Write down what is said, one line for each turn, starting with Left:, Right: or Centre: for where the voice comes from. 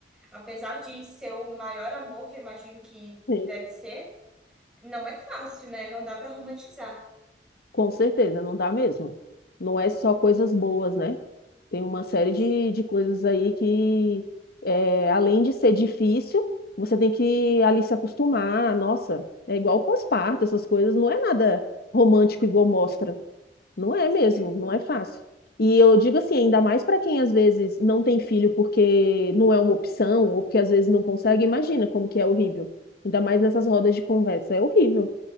Centre: apesar de ser o maior amor que eu imagino que
Left: sim,
Centre: deve ser. Não é fácil, né? Não dá para romantizar.
Left: com certeza, não dá mesmo. Não é só coisas boas, né? Tem uma série de,
Centre: Sim,
Left: de coisas aí que, é, além de ser difícil, você tem que ali se acostumar. Nossa, é igual pós-parto, essas coisas, não é nada romântico igual mostra. Não é
Centre: sim,
Left: mesmo,
Centre: amiga.
Left: não é fácil. E eu digo assim, ainda mais para quem às vezes não tem filho porque não é uma opção, ou porque às vezes não consegue, imagina como que é horrível. Ainda mais nessas rodas de conversa, é horrível.